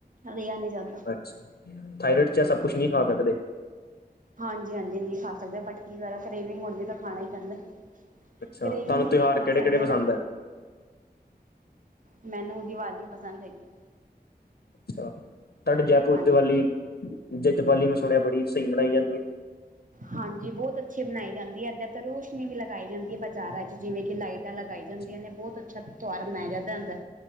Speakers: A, on the right (about 50°); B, on the left (about 75°).
A: ਰਿਹਾ ਨੀ ਜਾਂਦ
B: ਅੱਛਾ, ਥਾਇਰਡ ਚ ਆ ਸਭ ਕੁਝ ਨੀ ਖਾ ਸਕਦੇ।
A: ਹਾਂਜੀ-ਹਾਂਜੀ ਨਹੀਂ ਖਾ ਸਕਦੇ, ਬਟ ਕੀ ਕਰਾ ਕਰੇਵਿੰਗ ਹੁੰਦੀ ਤਾਂ ਖਾਣਾ ਈ ਪੈਂਦਾ।
B: ਅੱਛਾ
A: ਕਰੇਵਿੰਗ
B: ਤੁਹਾਨੂੰ
A: ਨੂੰ
B: ਤਿਉਹਾਰ
A: ਨੀਂ ਮਾਰ
B: ਕਿਹੜੇ
A: ਸਕਦੇ
B: ਕਿਹੜੇ ਪਸੰਦ
A: ਨਾ।
B: ਹੈ
A: ਮੈਨੂੰ ਦੀਵਾਲੀ ਪਸੰਦ ਹੈਗੀ ਏ।
B: ਅੱਛਾ, ਤੁਹਾਡੇ ਜੈਪੁਰ
A: ਹਾਂਜੀ।
B: ਚ ਦੀਵਾਲੀ, ਜੇ ਦੀਵਾਲੀ ਮੈਂ ਸੁਣਿਆ ਬੜੀ ਸਹੀ ਮਨਾਈ ਜਾਂਦੀ ਏ।
A: ਹਾਂਜੀ ਬਹੁਤ ਅੱਛੀ ਮਨਾਈ ਜਾਂਦੀ ਐ, ਇੱਦਾਂ ਤਾਂ ਰੋਸ਼ਨੀ ਵੀ ਲਗਾਈ ਜਾਂਦੀ ਐ, ਬਾਜ਼ਾਰਾਂ ਚ ਜਿਵੇਂ ਕਿ ਲਾਈਟ ਤੇ ਲਗਾਈ ਜਾਂਦੀਆਂ
B: ਅੱਛਾ
A: ਨੇ ਬਹੁਤ ਅੱਛਾ ਤਿਉਹਾਰ ਮਨਾਇਆ ਜਾਂਦਾ ਅੰਦਰ।